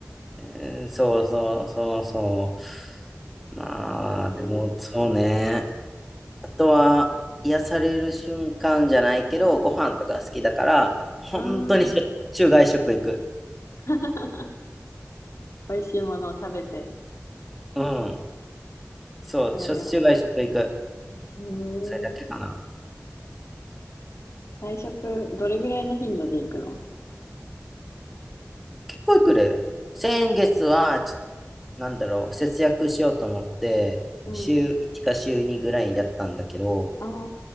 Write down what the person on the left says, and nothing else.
へえ。
ああ、<laughs> 美味しいものを食べて、
それが
うーん。
外食、どれぐらいの頻度で行くの
うん。
ああ、